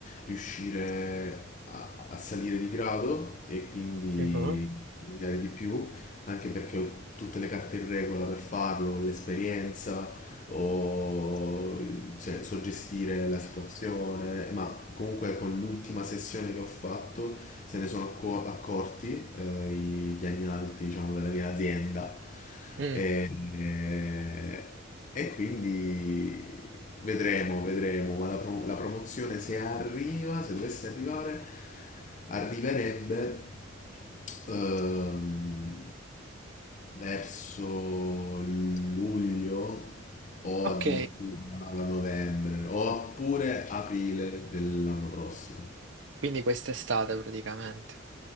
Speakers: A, on the left (about 40°); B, on the right (about 65°).
A: riuscire a, a salire di grado e quindi
B: Mhm.
A: studiare di più, anche perché ho tutte le carte in regola per farlo, l'esperienza o cioè, so gestire la situazione, ma comunque con l'ultima sessione che ho fatto se ne sono acco- accorti eh, i piani alti, diciamo, della mia azienda
B: Mm,
A: e, e- e quindi vedremo, vedremo, ma la, pro- la promozione se arriva, se dovesse arrivare, arriverebbe ehm, verso luglio o
B: ok,
A: addirittura a novembre oppure aprile dell'anno prossimo.
B: quindi quest'estate praticamente.